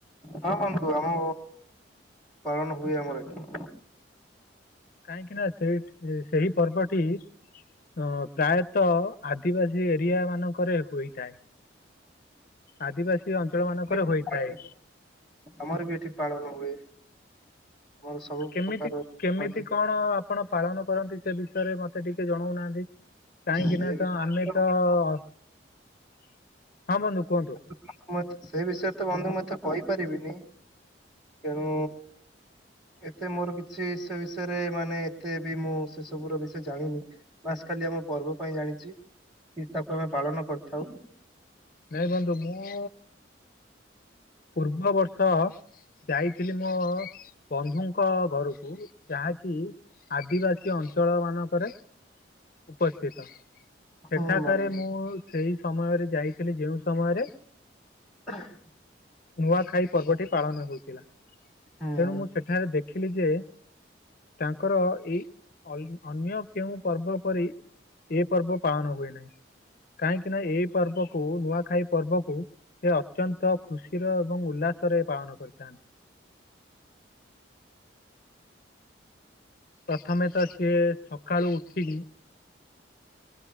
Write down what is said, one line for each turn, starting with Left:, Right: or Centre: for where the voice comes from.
Centre: ହଁ ବନ୍ଧୁ ଆମ ପାଳନ ହୁଏ ଆମର ଏଠି।
Left: କାହିଁକି ନା ସେଇଠି ସେହି ପର୍ବଟି। ଅଁ ପ୍ରାୟତଃ ଆଦିବାସୀ ଏରିଆ ମାନଙ୍କରେ ହୋଇଥାଏ। ଆଦିବାସୀ ଅଞ୍ଚଳ ମାନଙ୍କର
Centre: ଏଠି
Left: ହୋଇଥାଏ।
Centre: ନାଇଁ ଆମର ବି ଏଠି ପାଳନ ହୁଏ। ଆମର ସବୁ
Left: ଆ କେମିତି
Centre: ପ୍ରକାର ପର୍ବ
Left: କେମିତି
Centre: ଏଠି
Left: କଣ ଆପଣ ପାଳନ କରନ୍ତି ସେ ବିଷୟରେ ମତେ ଟିକେ ଜଣୋଉନାହାନ୍ତି। କାହିଁକିନା
Centre: ସେ ବିଷୟରେ
Left: ତ ଆମେ ତ ହଁ ବନ୍ଧୁ କୁହନ୍ତୁ।
Centre: <unintelligible> ସେ ବିଷୟରେ ତ ବନ୍ଧୁ ମୁଁ ମୁତେ କହିପାରିବିନି ତେଣୁ ଏତେ ମୋରୋ କିଛି ସେ ବିଷୟରେ ମାନେ ଏତେ ବି ମୁଁ ସେ ସବୁର ବିଷୟ ଜାଣିନି। ବାସ୍ ଖାଲି ଆମ ପର୍ବ ପାଇଁ ଜାଣିଚି କି ତାକୁ ଆମେ ପାଳନ କରିଥାଉ।
Left: ନାଇଁ ବନ୍ଧୁ ମୁଁ ପୂର୍ବ ବର୍ଷ ଯାଇଥିଲି ମୋ ବନ୍ଧୁଙ୍କ ଘରୁକୁ। ଯାହାକି ଆଦିବାସୀ ଅଞ୍ଚଳ ମାନଙ୍କରେ ଉପସ୍ଥିତ। ସେଠାକାରେ
Centre: ହୁଁ ବନ୍ଧୁ
Left: ମୁଁ ସେଇ ସମୟରେ ଯାଇଥିଲି ଯେଉଁ ସମୟରେ
Centre: <unintelligible>
Left: ନୂଆଖାଇ ପର୍ବଟି ପାଳନ ହୋଉଥିଲା।
Centre: ହୁଁ
Left: ତେଣୁ ମୁଁ ସେଠାରେ ଦେଖିଲି ଯେ ତାଙ୍କର ଏଇ <unintelligible> ଅନ୍ୟ କେଉଁ ପର୍ବ ପରି ଏ ପର୍ବ ପାଳନ ହୁଏ ନାହିଁ। କାହିଁକି ନା ଏଇ ପର୍ବ କୁ ନୂଆଖାଇ ପର୍ବକୁ ସେ ଅତ୍ୟନ୍ତ ଖୁସିର ଏବଂ ଉଲ୍ଲାସରେ ପାଳନ କରିଥାନ୍ତି। ପ୍ରଥମେ ତ ସିଏ ସକାଳୁ ଉଠିକି